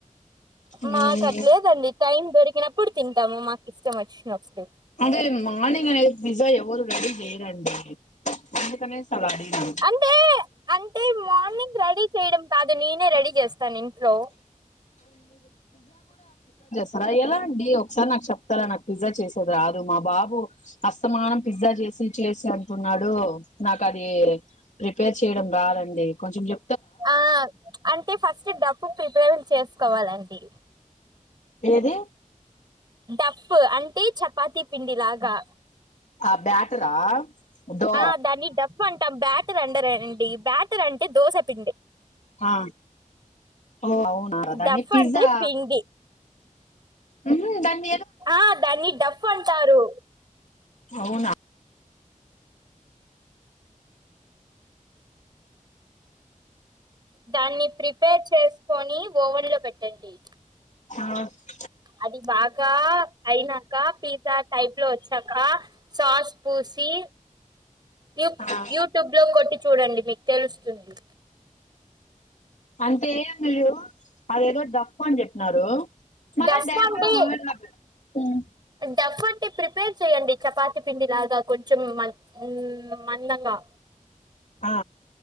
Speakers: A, on the left; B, on the right.
A: మ్
B: మా కట్లేదండీ టైమ్ దొరి కొనప్పుడు తింటాము మాకు ఇష్టం వచ్చినప్పుడు
A: అదే మార్నింగ్ అనేది పిజా ఎవరు రెడీ చేయడండి అందుకనే అలా లేదు
B: అంటే అంటే మార్నింగ్ రెడీ చేయడం కాదు నేనే రెడీ చేస్తాను ఇంట్లో
A: ద ఎలా అండి ఒకసారి నాకు చెప్తారా నాకు పిజ్జా చేసేది రాదు మా బాబు అస్తమానం పిజ్జా చేసి చేసి అంటన్నాడు నాకు అది ప్రిపేర్ చేయడం రాదండి కొంచెం చె
B: ఆ అంటే ఫస్ట్ డబ్బు ప్రిపేర్ చేసుకోవాలండి
A: ఎనిది
B: డఫ్ అంటే చపాతీ పిండిలాగా
A: ఆ బ్యాటరా దో
B: ఆ దాన్ని డఫ్ అంటాం బ్యాట్ త్ రండర అండి బ్యాటర్ అంటే దోశ పిండి
A: ఆ ఓ అవునా దాని
B: డఫ్
A: పిజ్జా
B: అంటే పిండి
A: అనుమ్ దన్
B: ఆ దాన్ని డఫ్ అంటారు
A: అవునా
B: దాన్ని ప్రిపేర్ చేసుకొని ఓవెన్ లో పెట్టండి
A: ఆ
B: అది బాగా అయినాక పిజ్జా టైప్ లో వచ్చాకా సాస్ పూసి యూ-
A: ఆ
B: యూట్యూబ్ లో కొట్టి చూడండి మీకు తెలుస్తుంది
A: అంటే మీరు అది ఏదో డఫ్ అని చెప్పిన్నారు మల్ల
B: డఫ్
A: డైరెక్ట్
B: అంటే
A: గా ఓవెన్ లో పెట్టు మ్
B: డఫ్ అంటే ప్రిపేర్ చేయండి చపాతి పిండి లాగా కొంచెం మ మందంగా
A: ఆ